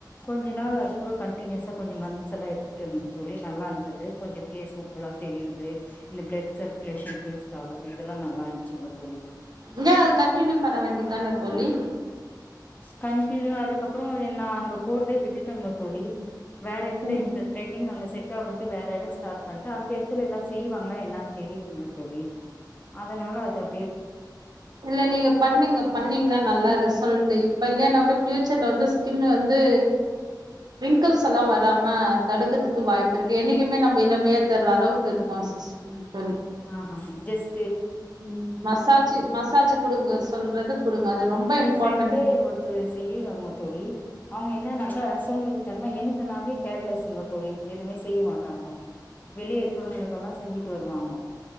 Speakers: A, on the left (about 25°); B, on the right (about 65°).
A: கொஞ்ச நாள் அது குடு கண்டினியூஸா கொஞ்ச மந்த்துல்ல எடுத்துட்டு இருந்த தோழி நல்லா இருந்தது கொஞ்ச ஃபேஸு இப்பல்லா தெரியிருது இந்த பிளெட் சர்க்குலேஷன் ஃபேஸ்ல வந்துட்டு இதெல்லா நல்லா இருந்துச்சுங்க தோழி
B: என்ன அது கண்டினியூ பண்ண வேண்டிதான தோழி
A: கண்டினியூ அதுக்கப்புறோ நா அங்க போறதயே விட்டுட்டங்க தோழி வேற எடத்துல
B: ம்
A: இந்த த்ரெட்டிங் அங்க செட் ட்டோ வன்ட்டு வேற எடோ ஸ்டாட் பண்டா அந்த எடத்துல எல்லா செய்வாங்களா என்னான் தெரியிலங்க தோழி அதனால அத அப்
B: இல்ல நீங்க பண்ணுங்க பண்ணீங்கன்னா நல்லா ரிசல்ட்டு கல்யாணோங் கூடப் ஃபியூச்சர்ல வந்து ஸ்கின்னு வந்து ரிங்கல்ஸ் எல்லா வராம தடுக்குறதுக்கு வாய்ப்பு இருக்கு என்னைக்குமே நம்ம இளமையா தர்ற அளவுக்கு இருக்கும் சிஸ்டர் தோழி
A: ஆஹா ஜெஸ்
B: ம் மசாஜு மசாஜு குடுங்க சொல்றது குடுங்க அது ரொம்ப இம்பார்ட்டன்னு
A: எ ஃப்ரெண்டே ஒருத்தரு செய்யறாங்க தோழி அவங்க என் என்னன்னாக்கா சோம்பேரி தனமா எனக்கு நாவே கேர்லஸுங்க தோழி எதுமே செய்ய மாட்டாங்கோ வெளிய இருக்குறவங்களுக்கெல்லா செஞ்சுட்டு வருவாங்கோ